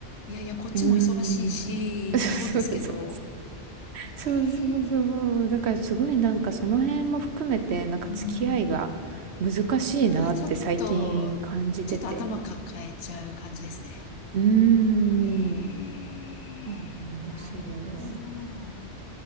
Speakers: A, on the left; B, on the right.
A: いやいや、こっちも忙しいし、
B: うーん。<laughs> そうそうそう。
A: と思うんですけど、
B: そうそうそう。
A: ええ
B: だからすごいなんかその辺も含めてなんか付き合いが難しいなって最近感じてて。
A: うん。うわー、ちょっと、ちょっと頭抱えちゃう感じですね。
B: うーん。
A: ええなるほど。
B: そうなんですよ。